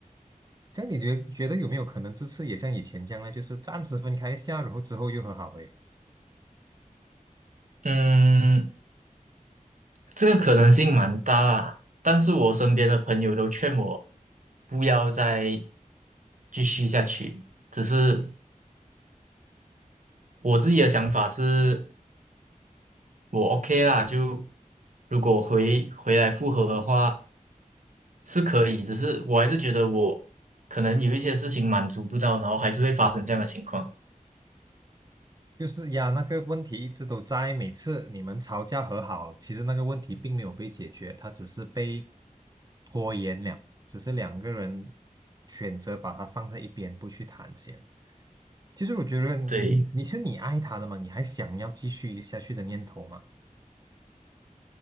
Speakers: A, on the right; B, on the right.
A: 这样你觉觉得有没有可能这次也像以前这样呢？就是暂时分开一下，然后之后又和好？诶，
B: 嗯，这个可能性蛮大啊但是我身边的朋友都劝我不要再继续下去，只是我自己的想法是，我 OK 啦，就如果回回来复合的话是可以，只是我还是觉得我可能有一些事情满足不到，然后还是会发生这样的情况。
A: 就是呀，那个问题一直都在，每次你们吵架和好，其实那个问题并没有被解决，它只是被拖延了，只是两个人选择把它放在一边不去谈先。其实我觉得你你是你爱他的嘛，
B: 对，
A: 你还想要继续下去的念头嘛？